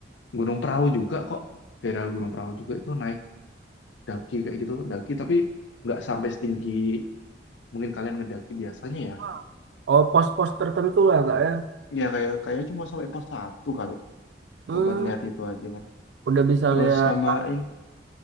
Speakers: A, on the left (about 85°); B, on the right (about 75°).
A: Gunung Perahu juga kok daerah Gunung Perahu juga itu naik daki kayak gitu, daki tapi nggak sampai setinggi mungkin kalian ngedaki biasanya ya.
B: ah, oh pos-pos tertentu lah kak ya.
A: Ya kayak kayaknya cuma sampai pos satu kali Cuma
B: Hmm,
A: buat ngeliat itu aja kan.
B: udah bisa
A: Terus
B: lihat.
A: samain,